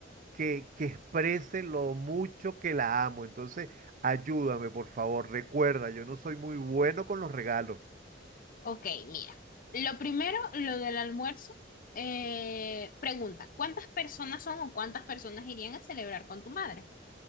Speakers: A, on the right; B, on the left.
A: que, que exprese lo mucho que la amo. Entonces, ayúdame, por favor. Recuerda, yo no soy muy bueno con los regalos.
B: Ok, mira. Lo primero, lo del almuerzo. eh, pregunta, ¿cuántas personas son o cuántas personas irían a celebrar con tu madre?